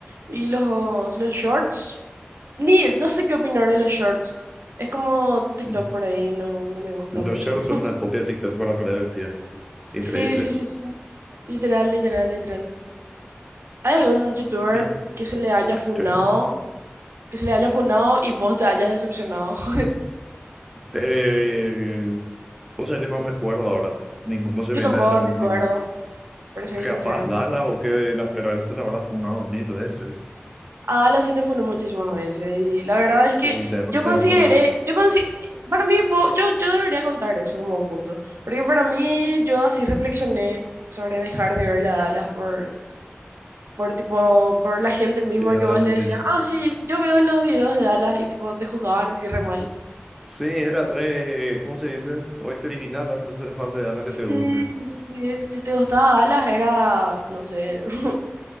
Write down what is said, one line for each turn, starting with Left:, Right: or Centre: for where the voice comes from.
Right: Y los, los shorts, ni, no sé qué opinar de los shorts. Es como TikTok
Centre: <laughs>
Right: por ahí, no, no me gusta
Centre: Los
Right: mucho.
Centre: shorts
Right: <laughs>
Centre: son una copia de TikTok para perder el tiempo. Increíble
Right: Sí, sí,
Centre: eso.
Right: sí, sí. Literal, literal, literal. ¿Hay algún youtuber
Centre: Y,
Right: que se le haya funado,
Centre: sí.
Right: que se le haya funado y vos te hayas decepcionado? <laughs>
Centre: Eh, o sea, yo no recuerdo ahora. Ningún, no se me
Right: Yo
Centre: viene
Right: tampoco
Centre: a la mente
Right: recuerdo,
Centre: ningún.
Right: para ser
Centre: Capaz
Right: sincera.
Centre: Dallas o que las Perales la habrá fundado mil veces.
Right: A Ala se le funó muchísimas veces y la verdad es que
Centre: Sí, de apariencia
Right: yo consideré,
Centre: de acuerdo.
Right: yo consi- para mí, po- yo, yo debería contar eso como un punto, porque para mí yo así reflexioné sobre dejar de ver la Dallas por, por tipo, por la gente misma
Centre: Video
Right: que vos
Centre: de Wilmington.
Right: le decías, ah, sí, yo veo los videos de Dallas y tipo te juzgaban así re mal.
Centre: Sí, era re, ¿cómo se dice? Re criminal antes de ser fan de Dallas
Right: Sí,
Centre: que te guste.
Right: sí, sí, sí. Si te gustaba Dallas, eras, no sé, <laughs>